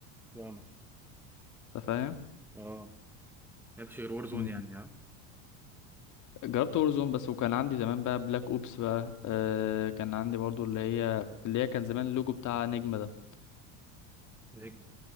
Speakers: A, in the centre; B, on the left (about 50°).
A: فاهمك
B: أنت فاهم
A: اه مالكش غير وور زون
B: مم.
A: يعني اه
B: جربت وورزون بس وكان عندي زمان بقى بلاك أوبس بقى آه كان عندي برضو اللي هي اللي هي كان زمان اللوجو بتاع نجمة ده
A: نجم